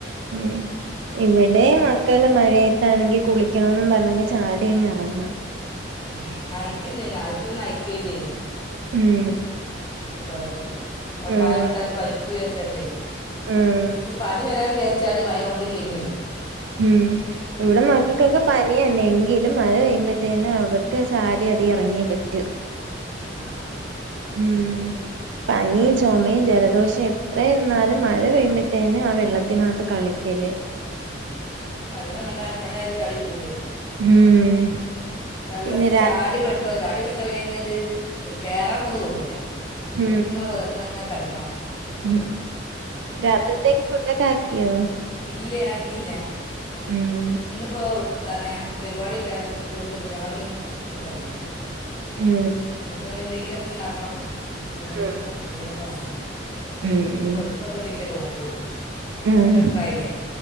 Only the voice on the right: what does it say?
ഉം ഇവിടെ മക്കള് മഴയത്താണെങ്കിൽ കുളിക്കണന്ന് പറഞ്ഞങ്ക ചാടിയങ്ങ് ഇറങ്ങ
ഉം
ഉം
ഉം
ഉം ഇവിടെ മകൾക്കൊക്കെ പനി തന്നെ എങ്കിലും മഴ പെയ്യുമ്പോത്തേനെ അവർക്ക് സാടി അതി ഇറങ്ങിയേ പറ്റും
ഉം പനിയും ചുമയും ജലദോഷവും എത്ര ഇരുന്നാലും മഴ പെയ്യുമ്പോത്തേനും ആ വെള്ളത്തിനകത്ത് കളിക്കല്
ഉം
പിന്നെ രാ
ഉം
ഉം രാത്രിത്തേക്ക് ഫുഡൊക്കെ ആക്കിയോ
ഉം
ഉം
ആഹ്
ഉം
ഉം
ആഹ്